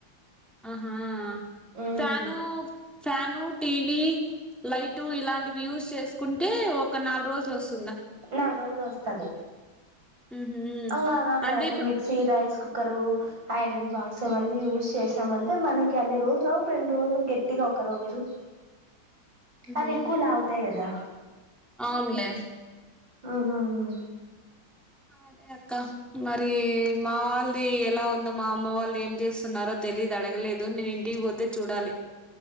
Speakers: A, in the centre; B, on the right.
A: ఆహా
B: ఉమ్
A: ఫానూ ఫ్యాను టీవీ లైటు ఇలాంటివి యూస్ చేసుకుంటే ఒక నాల్ రోజు లోస్
B: నాల్ రోజులొస్తది
A: ఉహు
B: అంగ రాత
A: అంటే
B: రాతే
A: ఇప్పుడు
B: mixie rice cooker iron box అవన్నీ యూజ్ చేసామంటే మనకి అన్ని రోజులు రెండు రోల్ గేట్టిగా ఒక్క రోజు
A: ఉహు
B: అవేక్కువ లాగుతాయి కదా
A: అవునులే
B: ఆహాహా
A: అదే అక్క మరి మా వాళ్ళది ఎలా ఉందో మా అమ్మ వాళ్ళు ఏం చేస్తున్నారో తెలి దు అడగలేదు నేన్ ఇంటికి పోతే చూడాలి